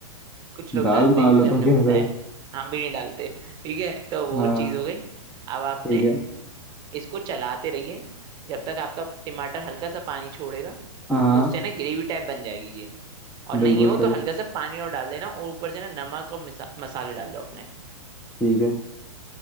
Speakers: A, on the right; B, in the centre.
A: कुछ लोग
B: दाल
A: डालते
B: में आलू
A: हैं इसलिए हमने
B: तो कैसे
A: बताया हम भी नहीं डालते ठीक है तो वो
B: हाँ
A: चीज़ हो गई अब आपने
B: ठीक है
A: इसको चलाते रहिए जब तक आपका टमाटर हल्का सा पानी छोड़ेगा
B: हाँ
A: तो उससे ना ग्रेवी टाइप बन जाएगी ये और नहीं
B: बिल्कुल
A: हो तो
B: सही
A: हल्का सा पानी और डाल देना और ऊपर से ना नमक और मिसा- मसाले डाल दो अपने
B: ठीक है